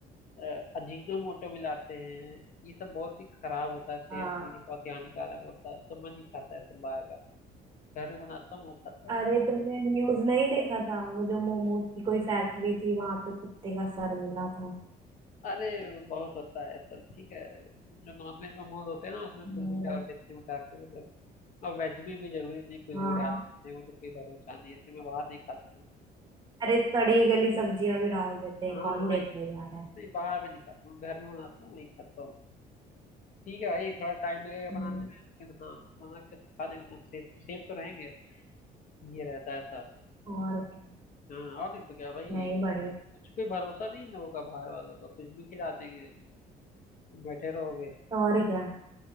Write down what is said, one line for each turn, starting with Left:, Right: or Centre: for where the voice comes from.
Left: अ, अजीनोमोटो मिलाते हैं ये सब बहुत ही खराब होता है सेहत
Right: हाँ
Left: के लिए बहुत ही हानिकारक होता है तो मैं नहीं खाता है सब बाहर का घर में बनाता हूँ वो खाता हूँ
Right: अरे तुमने न्यूज नहीं देखा था वो जो मोमोज की कोई फैक्ट्री थी वहां पे कुत्ते का सर मिला था
Left: अरे बहुत होता है सब ठीक है जो नॉनवेज मोमोज होते हैं ना उसमें कुछ
Right: वो,
Left: भी डाल देते हैं उठा के वो लोग और वेज में भी जरूरी नहीं कुछ
Right: हाँ
Left: भी डाल देते हैं वो लोग कोई भरोसा नहीं है, इसलिए मैं बाहर नहीं खाता हूँ
Right: अरे सड़ी गली सब्जियां भी डाल देते हैं
Left: हाँ
Right: कौन
Left: हाँ
Right: देखने जा रहा है
Left: नहीं बाहर में नहीं खाता हूँ घर में बनाता हूँ वही खाता हूँ ठीक है भाई थोड़ा टाइम लगेगा बनाने
Right: हम्म,
Left: में लेकिन हाँ बना के खा लेंगे तो सेफ सेफ तो रहेंगे ये रहता है ऐसा
Right: और क्या
Left: हाँ और नहीं तो क्या भाई
Right: नहीं बड़े
Left: कुछ कोई भरोसा नहीं इन लोगों का बाहर वालों का कुछ भी खिला देंगे बैठे रहोगे
Right: और क्या